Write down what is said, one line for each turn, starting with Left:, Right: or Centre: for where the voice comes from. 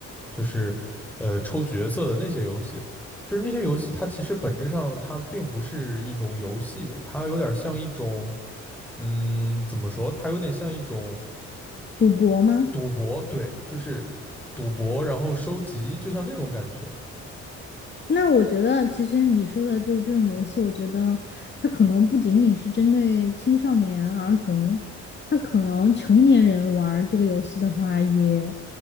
Centre: 就是呃抽角色的那些游戏，就是那些游戏它其实本质上它并不是一种游戏，它有点像一种嗯怎么说，它有点像一种
Left: 赌博吗？
Centre: 赌博，对，就是赌博，然后收集，就像那种感觉。
Left: 那我觉得其实你说的就是这种游戏，我觉得它可能不仅仅是针对青少年儿童，它可能成年人玩儿这个游戏的话，也